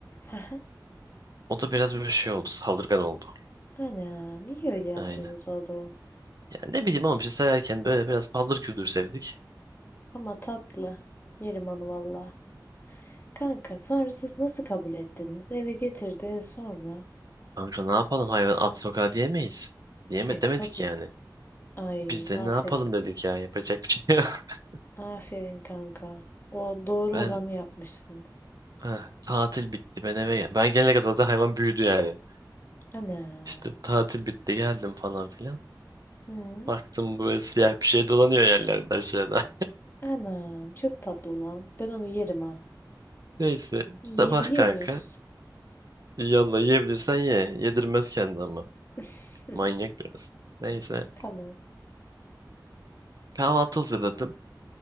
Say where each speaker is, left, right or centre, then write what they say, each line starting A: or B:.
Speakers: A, on the left (about 30°); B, on the right (about 55°).
A: <laughs>
B: O da biraz böyle şey oldu saldırgan oldu.
A: Anam iyi öyle yaptınız
B: Aynen.
A: oğlum.
B: Yani ne bileyim oğlum işte severken böyle biraz paldır küldür sevdik.
A: Ama tatlı. Yerim onu valla. Kanka sonra siz nasıl kabul ettiniz? Eve getirdi sonra.
B: Kanka ne yapalım hayvan at sokağa diyemeyiz. Diyeme
A: E
B: demedik
A: tabii.
B: yani.
A: Ay
B: Biz de
A: aferin.
B: ne yapalım dedik ya yapacak bir şey yok. <laughs>
A: Aferin kanka. O doğru
B: Ben
A: olanı yapmışsınız.
B: heh, tatil bitti ben eve gel. Ben gelene kadar zaten hayvan büyüdü yani.
A: Anam.
B: İşte tatil bitti geldim falan filan.
A: Hı?
B: Baktım böyle siyah bir şey dolanıyor yerlerde aşağıda.
A: Anam çok tatlı lan. Ben onu yerim ha.
B: <laughs> Neyse sabah
A: Yiyebiliyor
B: kanka.
A: muyuz?
B: Yallah yiyebilirsen ye. Yedirmez kendi ama.
A: <laughs>
B: Manyak biraz. Neyse
A: Tamam.
B: kahvaltı hazırladım.